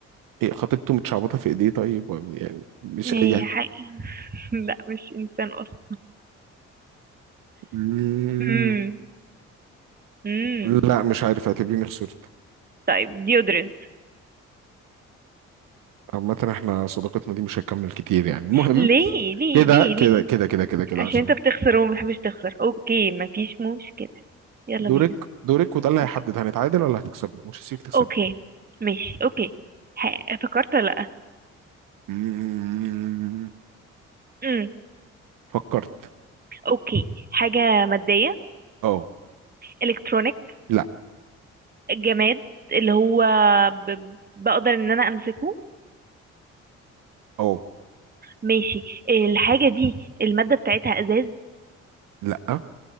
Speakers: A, on the right (about 65°); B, on the right (about 25°).
A: إيه، خطيبته متشعبطه في ايديه طيب يعني مش
B: ما هي
A: يعني
B: حاجة <laughs> لا مش انسان اصلا
A: مم.
B: امم امم
A: لا مش عارف اعتبريني خسرت
B: طيب ديودرنت
A: عامة احنا صداقتنا دي مش هتكمل كتير يعني المهم
B: ليه ليه
A: كده
B: ليه ليه
A: كده كده كده كده كده
B: عشان
A: عشان
B: انت بتخسر وما بتحبش تخسر اوكي مفيش مشكلة يلا
A: دورك
B: بينا
A: دورك وده اللي
B: اوكي
A: هيحدد هنتعادل ولا هتكسبي مش هسيبك تكسبي
B: اوكي ماشي اوكي ح- فكرت ولا لا
A: مم.
B: امم
A: فكرت
B: اوكي حاجة مادية
A: اه
B: الكترونيك
A: لا
B: جماد اللي هو ب... بقدر ان انا امسكه
A: اه
B: ماشي آه، الحاجة دي المادة بتاعتها ازاز
A: لا